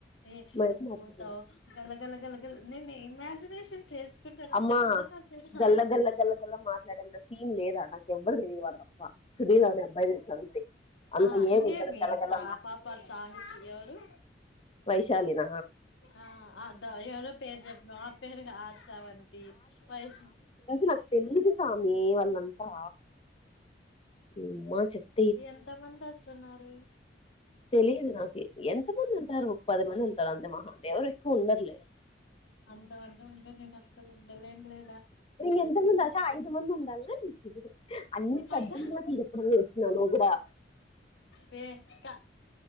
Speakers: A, on the left (about 85°); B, on the left (about 30°).
A: ఏ
B: మా యమ్మ
A: ను్ పోతావ్
B: అరుచకుండా
A: గల గలా గలగల్ నేను ఇమాజినేషన్ చేసుకుంటాను
B: అమ్మా
A: చెప్తాను క
B: గల్ల గల్ల గల్ల గల్ల మాట్లాడేంత సీన్ లేదాడ నాకు ఎవ్వరు తెలియదు వాడు తప్ప సునీల్ అనే అబ్బాయి తెలుసు అంతే అంత
A: ఆ
B: ఏం
A: ఇంగే
B: ఉండదు
A: మీ
B: గల్ల గల్ల
A: పాప సాహితి ఎవరు
B: వైశాలిన
A: ఆ అద డయల్ పేరు చెప్పినం ఆ పేరు కాదు శ్రవంతి వైఫ్
B: నక్ తెలిదు స్వామి వల్ంతా నిమా చెప్ప
A: ఎంత మంది వస్తున్నారు
B: తెలిదు నాకు ఎంతమంది ఉంటారు పది మంది ఉంటారు అంతే మహా ఎవరు ఎక్కువ ఉండర్లే
A: అంతమంది ముందు నేను అస్సలు ఉండలేన్ లే
B: న ఎంతంది ఆశ ఐదు మంది ఉండాలి న్నికి అని పేద
A: అట్లా
B: మాటలు చూపు నువు హలో గురా
A: వే క